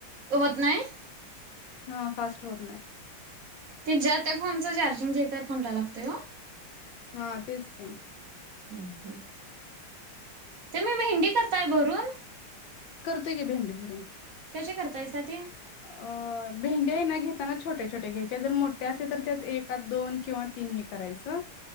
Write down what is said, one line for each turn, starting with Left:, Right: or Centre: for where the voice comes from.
Right: होत नाही?
Left: हा फास्ट होत नाही
Right: ते जातक फोनचं चार्जिंग घेेतय फोन लागतोय.
Left: हा तेच की
Right: हम् हम् तर मी भेंडी करताय भरून?
Left: करतोय की भेंडी भरून.
Right: कशी करतायसा ते?
Left: अ भेंड्या आहे ना घेत <unintelligible> छोटे छोटे घ्यायचे जर मोठे असेल तर त्यात एकात दोन किंवा तीन हे करायचं.